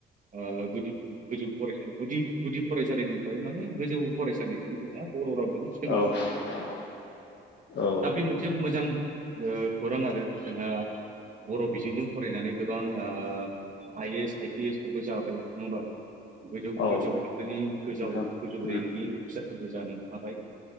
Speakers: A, on the right; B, on the left.
A: ओ गुदि गोजौ फरायसालि गुदि गुदि फरायसालिनिफ्राय माने गोजौ फरायसालिसिम जोंना बर' रावजों सोलोंजोबनो
B: औ
A: मोनबाय।
B: <inaudible> औ
A: दा बे मोनसे मोजां ओ खौरां आरो जोंहा बर' बिजोंजों फरायनानै गोबां ओ I S, I P S फोरबो जाबाय नङा होमबा। गोजौ-गोजौ
B: औ
A: थाखोनि गोजौ-गोजौ
B: नोंथां उम
A: रेंकनि अफिसारफोरबो जानो हाबाय।